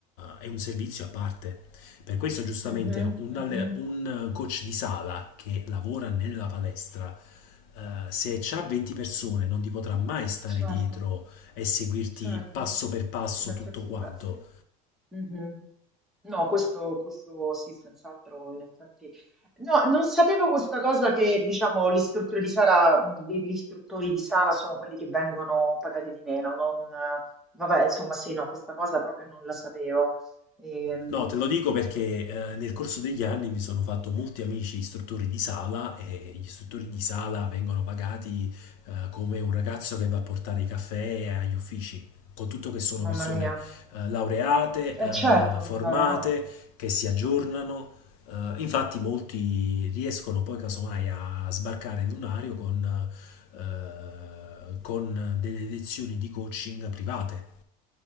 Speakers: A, on the left; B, in the centre.
A: eh, è un servizio a parte. Per questo giustamente
B: mhm,
A: un,
B: mhm,
A: alle- un coach di sala che lavora nella palestra, eh, se c'ha 20 persone non ti potrà mai stare
B: Certo,
A: dietro e seguirti
B: certo.
A: passo per passo
B: In effetti,
A: tutto quanto.
B: beh, sì. Mhm. No, questo, questo sì, senz'altro, in effetti. No, non sapevo questa cosa che, diciamo, gli istruttori di sala, mh, gli gli istruttori di sala sono quelli che vengono pagati di meno. Non, eh, vabbè, insomma, sì, no, questa cosa proprio non la sapevo. Ehm,
A: No, te lo dico perché eh, nel corso degli anni mi sono fatto molti amici istruttori di sala e gli istruttori di sala vengono pagati eh, come un ragazzo che va a portare i caffè agli uffici, con tutto che sono
B: mamma
A: persone
B: mia.
A: eh, laureate,
B: Eh
A: eh,
B: certo,
A: formate,
B: laureato.
A: che si aggiornano. Eh, infatti molti riescono poi casomai a sbarcare il lunario con, eh, con delle lezioni di coaching private.